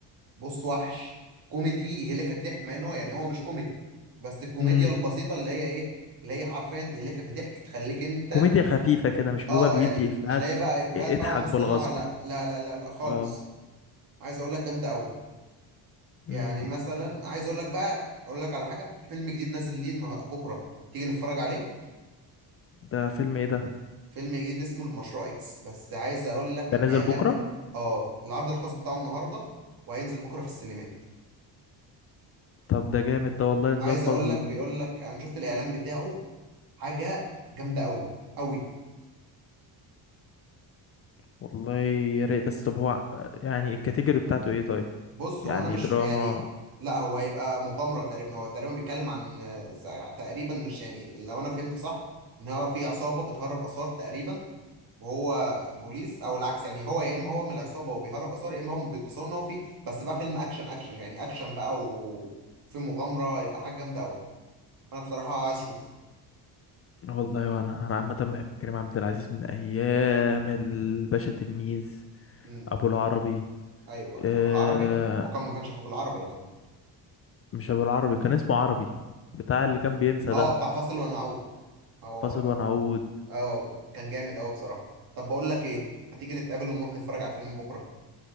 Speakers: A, on the right; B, on the left.
A: بص وحش كوميدي يهلكك ضحك مع ان هو يعني هو مش كوميدي بس الكوميديا
B: امم
A: البسيطه اللي هي ايه اللي هي حرفيا تهلكك ضحك تخليك انت
B: كوميديا خفيفه كده مش اللي
A: اه
B: هو بيدي
A: يعني
B: افيهات
A: مش لاقي بقى افيهات
B: اضحك
A: بقى ومصطنعه
B: بالغصب
A: لا لا لا لا لا خالص
B: اه
A: عايز اقول لك جامده قوي يعني
B: امم
A: مثلا عايز اقول لك بقى اقول لك على حاجه في فيلم جديد نازل ليه النها- بكره تيجي نتفرج عليه
B: ده فيلم ايه ده
A: فيلم جديد اسمه المشروع اكس بس عايز اقول لك
B: ده
A: من الاعلان
B: نازل بكرة
A: ب... اه العرض الخاص بتاعه النهارده وهينزل بكره في السينمات
B: طب ده جامد ده والله نظبط
A: عايز اقول
B: ون...
A: لك بيقول لك انا شفت الاعلان بتاعه حاجه جامده قوي قوي
B: والله يا ريت بس طب هو يعني الكاتيجوري بتاعته ايه طيب
A: بص
B: يعني
A: هو انا مش
B: دراما
A: يعني لا هو هيبقى مغامره تقريبا هو تقريبا بيتكلم عن آه، تقريبا مش يعني لو انا فهمت صح ان هو في عصابه بتهرب اثار تقريبا وهو بوليس او العكس يعني هو يا اما هو من العصابه وبيهرب اثار يا اما هو من البوليس. بس هو ان هو في بس بقى فيلم اكشن اكشن يعني اكشن بقى وفي مغامره يبقى حاجه جامده قوي انا بصراحه عايز اشوف
B: والله وانا انا عامة بحب كريم عبد العزيز من ايام الباشا تلميذ
A: امم
B: ابو العربي
A: ايوه
B: آه...
A: ابو العربي هو كان ما كانش في ابو العربي يا عم
B: مش ابو العربي كان اسمه عربي بتاع اللي كان بينسى
A: اه
B: ده
A: بتاع فاصل ونعود هو
B: فاصل ونعود
A: اه كان جامد قوي بصراحه طب بقول لك ايه ما تيجي نتقابل ونروح نتفرج على الفيلم بكره